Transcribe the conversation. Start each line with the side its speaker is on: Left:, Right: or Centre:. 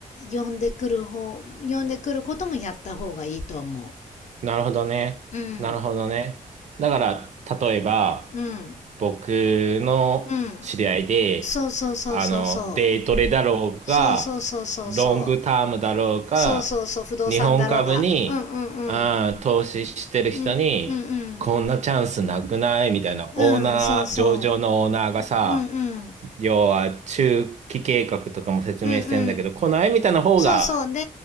Left: 呼んでくる方呼んでくることもやった方がいいと思
Right: なるほどね。
Left: ううん
Right: なるほどね。だから、例えば、
Left: うん
Right: 僕の知り合いで、
Left: うんそうそうそうそうそう
Right: あの、デイトレだろうが、
Left: そうそうそうそうそう
Right: ロングタームだろうが、
Left: そうそうそう不動産だろうがうんうんうん
Right: 日本株に、あー投資してる人に、
Left: うんうん
Right: こんなチャンスなくないみたいな、
Left: うんうんそうそ
Right: オーナー、上場のオーナーがさ、
Left: ううんうん
Right: 要は中期計画とかも説明してんだけど、
Left: うんうん
Right: この絵みたいな方が
Left: そうそうで